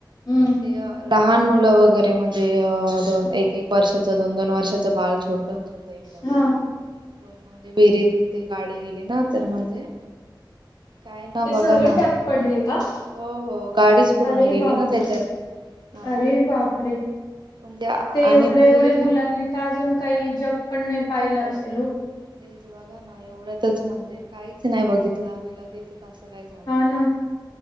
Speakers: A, on the left; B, on the right.
A: हं.
B: ते अ... लहान मुलं वगैरे म्हणजे दोन एक- एक वर्षाच, दोन- दोन वर्षाचं बाळ छोटं-छोट. होतं एकदम
A: हां.
B: पूर्ण म्हणजे विहिरीत ते गाडी गेली ना, तर म्हणजे काय ना
A: ते
B: बघा
A: सगळे
B: ना
A: त्यात पडले का?
B: हो हो गाडीच पूर्ण
A: अरे
B: गेली
A: बापरे!
B: ना त्याच्यात हा
A: अरे बापरे!
B: म्हणजे आणि
A: ते एवढ्या-एवढ्या
B: ते
A: मुलांनी त अजून काही जग पण नाही पाहिलं
B: बघ
A: असेल वो.
B: तेच बघा ना, एवढ्यातच म्हणजे काहीच नाही बघितलं लगेचच असं. काही झालं
A: हा, ना.